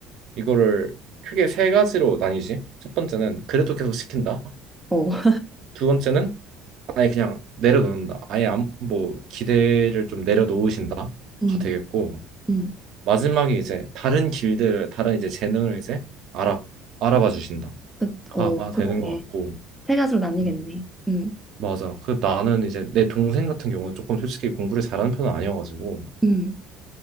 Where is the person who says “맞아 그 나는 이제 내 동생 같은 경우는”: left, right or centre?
Right